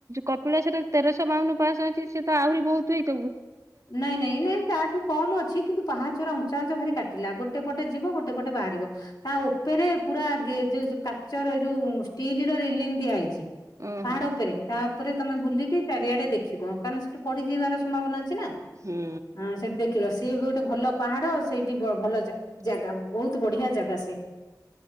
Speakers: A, on the right (about 45°); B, on the left (about 65°).
A: କପିଳା ସେଟ ତେରଶହ ବାଉନ ପାଶହ ଅଛି ସେ ତ ଆହୁରି ବହୁତ ହଇ
B: ନାଇଁ ନାଇଁ ନାଇଁ ତାଠୁ କମ ଅଛି କିନ୍ତୁ ପାହାଚର ଉଞ୍ଚା ଅଞ୍ଚ ଘରେ କାଟି ଥିଲା ଗୋଟେ ପଟେ ଯିବ ଗୋଟେ ପଟେ ବାହାରିବ ତା ଉପରେ ପୁରା ଯୋଉ କାଚର ଏ ଯୋଉ ଷ୍ଟିଲ ର ରିଲି ଦିଆହେଇଛି।
A: ଓହୋ
B: ପାହାଡ ଉପରେ ତା ଉପରେ ତମେ ବୁଲିକି ଚାରିଆଡେ ଦେଖ ରଖିବ କାରଣ ସେଠ ପଡିଯ ଯିବାର ସମ୍ଭାବନା ଅଛି ନା। ହଁ
A: ହୁଁ
B: ସେଠି ଦେଖିଲ ସିଏ ବି ଗୋଟେ ଭଲ ପାହାଡ ସେଇଠି ଭଲ ଜାଗା ବହୁତ ବଢିଆ ଜାଗା ସେ